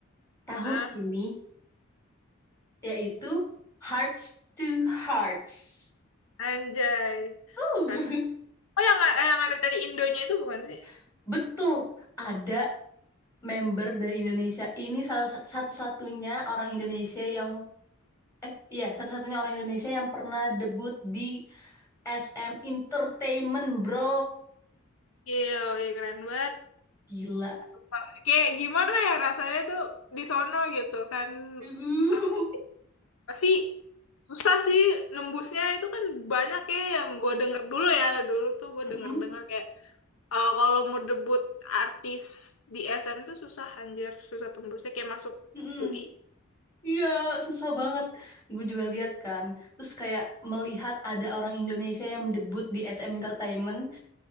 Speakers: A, on the left (about 15°); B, on the left (about 80°).
A: Tahun
B: Ah,
A: ini, yaitu Hearts to Hearts.
B: anjay.
A: Uh,
B: Harus. Oh yang, eh, yang ada dari Indonya itu bukan sih?
A: <laughs> betul, ada member dari Indonesia. Ini salah sa- satu-satunya orang Indonesia yang, eh iya, satu-satunya orang Indonesia yang pernah debut di SM Entertainment, bro.
B: Gil, ih, keren banget.
A: Gila.
B: Wah, Kayak gimana ya rasanya tuh di sono gitu kan.
A: Uh.
B: Apa sih? Pasti susah sih nembusnya itu kan banyak ya yang gue denger dulu ya. Dulu tuh gue
A: Mm-mm,
B: denger-denger kayak Eh, kalau mau debut artis di SM tuh susah anjir, susah tembusnya kayak masuk
A: mm-mm.
B: UI.
A: Iya, susah banget. Gue juga lihat kan. Terus kayak melihat ada orang Indonesia yang mendebut di SM Entertainment